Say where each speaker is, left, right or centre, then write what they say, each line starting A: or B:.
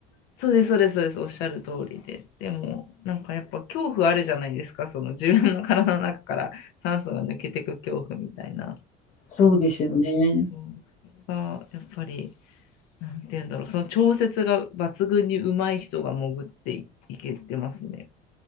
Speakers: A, on the left; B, on the left.
A: そうです、そうです、そうです。おっしゃる通りで。でも、なんかやっぱ恐怖あるじゃないですか。その自分の体の中から酸素が抜けてく恐怖みたいな。
B: そうですよね。
A: そう。それがやっぱり。なんて言うんだろう、その調節が抜群にうまい人が潜っていいけてますね。